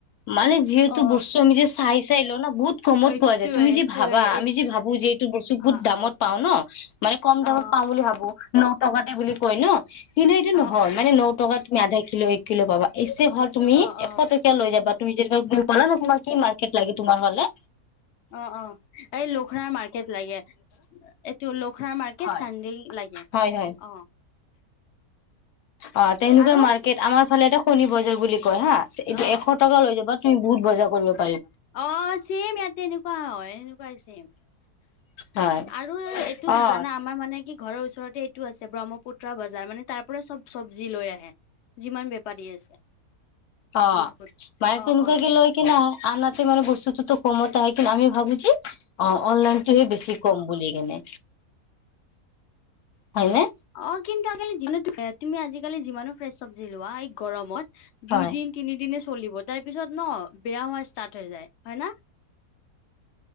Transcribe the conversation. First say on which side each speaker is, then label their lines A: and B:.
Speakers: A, on the left; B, on the left.
A: মানে যিহেতু
B: অ
A: বস্তো আমি যে চাই-চাই লয় ন। বহুত কমত
B: এইটোৱে
A: পোৱা যায় তুমি যি
B: এইটোৱে
A: ভাবা
B: এই
A: আমি যি ভাবো যে এইটো বস্তু বহুত
B: অ
A: দামত
B: অ
A: পাও ন মানে কম দাম।
B: অ
A: পাওঁ বুলি ভাবো। ন টকাতে বুলি কয় ন কিন্তু এইটো
B: অ
A: নহয়
B: অ অ
A: মানে ন টকা তুমি আধাই কিলো এক কিলো পাবা। ভ তুমি
B: অ অ
A: এশ টকীয়া লৈ যাবা তুমি যেক বুলি পালা ন তোমাৰ কি মাৰ্কেট লাগে তোমাৰ হলে।
B: অ-অ এই লোখৰা মাৰ্কেট লাগে এইটো লোখৰা মাৰ্কেট
A: হয়
B: চানডেল, লাগে।
A: হয় হয়।
B: অ
A: অ' তেনেকুৱা
B: আৰু
A: মাৰ্কেট আমাৰ ফালে এটা কণী বজাৰ বুলি কয় হা এইটো
B: অ
A: এশ টকা লৈ যাবা। তুমি বহুত বজাৰ কৰিব পাৰিব।
B: অহ ছেম ইয়াতে এনেকুৱা হয় এনেকুৱাই ছেম।
A: হয়
B: আৰু এইটো
A: অ
B: জানা আমাৰ মানে কি। ঘৰৰ ওচৰতে এইটো আছে ব্ৰহ্মপুত্ৰ বজাৰ মানে তাৰ পৰাই চব চব্জি লৈ আহে। যিমান বেপাৰী আছে।
A: অ'
B: বহুত
A: মায়ে তেনেকুৱা
B: অ অ
A: কি লৈ কিনে আনাতে মানে বস্তুটোতো কমতে হয় কিন্তু আমি ভাবো যে অ' অনলাইনটোহে বেছি কম বুলি কেনে, হয় নে?
B: অ' কিন্তু <unintelligible> তুমি আজিকালি যিমানো ফ্ৰেচ চব্জি লোৱা এই গৰমত
A: হয়
B: দুইদিন তিনিদিনে চলিব। তাৰ পিছত ন বেয়া হোৱা ষ্টাৰ্ট হৈ যায় হয় ন?